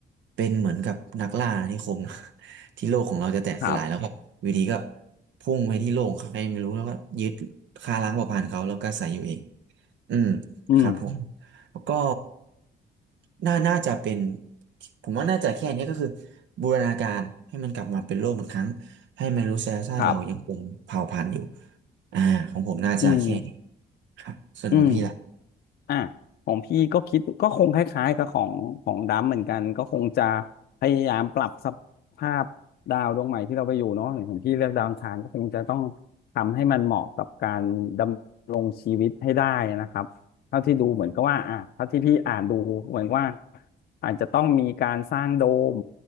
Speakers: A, on the right; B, on the left.
A: เป็นเหมือนกับนักล่าอาณานิคมนะ ที่โลกของเราจะแตกสลายแล้วครับวีดีก็
B: ครับ
A: พุ่งไปที่โลกของใครไม่รู้แล้วก็ยึดฆ่าล้างเผ่าพันธุ์เขาแล้วก็อาศัยอยู่เองอืม
B: อืม
A: ครับผมแล้วก็น่าน่าจะเป็นผมว่าน่าจะแค่นี้ก็คือบูรณาการให้มันกลับมาเป็นโลกเหมือนครั้งให้มนุษยชาติเรายังคงเผ่าพันธุ์อยู่
B: ครับ
A: อ่าของผมน่าจะแค่นี้
B: อืม
A: ครับส่วนของพี่ล่ะ
B: อืมอ่ะของพี่ก็คิดก็คงคล้ายๆกับของของดำเหมือนกันก็คงจะพยายามปรับสภาพดาวดวงใหม่ที่เราไปอยู่เนาะอย่างของพี่เลือกดาวอังคารก็คงจะต้องทำให้มันเหมาะกับการดำรงชีวิตให้ได้นะครับเท่าที่ดูเหมือนก็ว่าอ่ะเท่าที่พี่อ่านดูเหมือนว่าอาจจะต้องมีการสร้างโดม